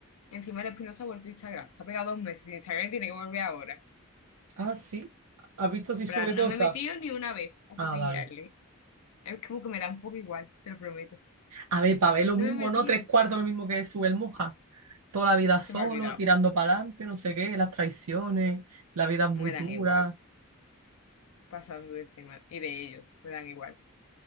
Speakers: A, on the left; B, on the right.
A: Encima el Espinosa ha vuelto a Instagram. Se ha pegado dos meses sin Instagram y tiene que volver ahora.
B: Ah, sí. ¿Has visto si
A: Pero
B: sube
A: no
B: cosas?
A: me he metido ni una vez a
B: Ah,
A: cotillearle.
B: vale.
A: Es como que me da un poco igual, te lo prometo.
B: A ver, Pavel lo
A: No
B: mismo,
A: me he metido.
B: ¿no? Tres cuartos lo mismo que sube el Moja. Toda la
A: Sí,
B: vida
A: se
B: solo,
A: me ha olvidado.
B: tirando para adelante, no sé qué, las traiciones, la vida es muy
A: Me
B: dura.
A: dan igual. Pasando del tema y de ellos, me dan igual.